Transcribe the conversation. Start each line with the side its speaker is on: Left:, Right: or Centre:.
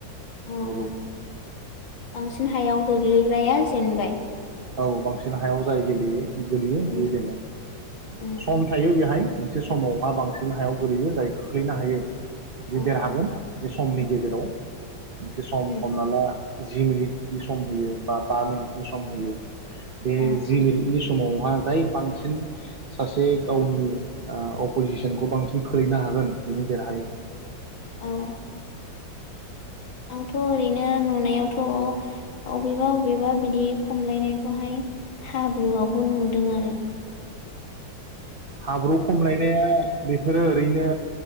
Left: अह
Right: नंगौ
Left: बांसिन हायाव गोग्लै <unintelligible> जेनबाय?
Right: औ बांसिन हायाव जाय गेलेयो गोलैयो
Left: उम
Right: बियो जेनो।
Left: उम
Right: सम थायो बेहाय। मोनसे समावहा बांसिन हायाव गोलैयो जाय खोख्लैनो हायो।
Left: औ
Right: बे देरहागोन बे समनि
Left: उम
Right: गेजेराव मोनसे सम
Left: उम
Right: हमना ला जि मिनिटनि सम होयो बा बा मिनिट नि सम होयो बे
Left: औ
Right: जि मिनिटनि समावहा जाय बांसिन सासे गावनि ओ अपजिसनखौ बांसिन खोलैनो हागोन बेनो देरहायो।
Left: औ आंथ' ओरैनो नुनायाव थ' अबेबा अबेबा बिदि खमलायनायखौहाय हाब्रुआवबो नुदों आरो
Right: हाब्रु खमलायनाया बेफोरो ओरैनो